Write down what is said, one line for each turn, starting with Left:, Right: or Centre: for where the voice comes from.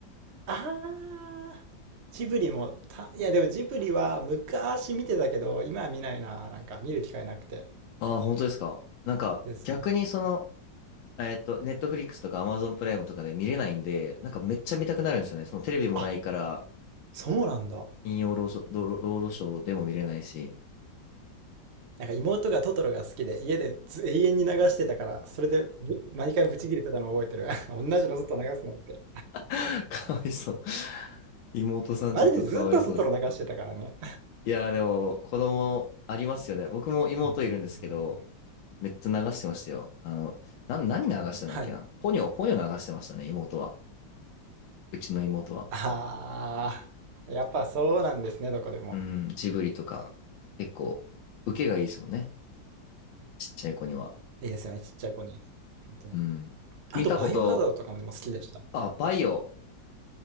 Right: ああ、ジブリもた、いやでもジブリは昔見てたけど、今は見ないな。なんか見る機会なくて
Left: ああ、本当ですか。なんか、
Right: ですね。
Left: 逆にその、えっと、ネットフリックスとかアマゾンプライムとかで見れないんで、なんかめっちゃ見たくなるんですよね。そのテレビもないから、
Right: あ、そうなんだ。
Left: 金曜ロードショー、ロロードショーでも見れないし、
Right: なんか妹がトトロが好きで家でず永遠に流してたからそれでぶ毎回ブチ切れてたのを覚えてる <laughs> 同じのずっと流すのって
Left: <laughs> かわいそう。妹さんちょっとかわいそうです。
Right: マジでずっとトトロ流してたからね
Left: いやーでも、子供ありますよね。僕も妹いるんですけど、
Right: うーん
Left: めっちゃ流してましたよ。あの、な、何流してたんだっけな。
Right: はい
Left: ポニョ、ポニョ流してましたね、妹は。うちの妹は。
Right: ああ、やっぱそうなんですねどこでも
Left: うん、ジブリとか、結構、受けがいいですもんね。ちっちゃい子には。
Right: いいですよねちっちゃい子に本当に
Left: うん。
Right: あとバイオハザードとかもでも好きでした
Left: 見たこと、あ、バイオ。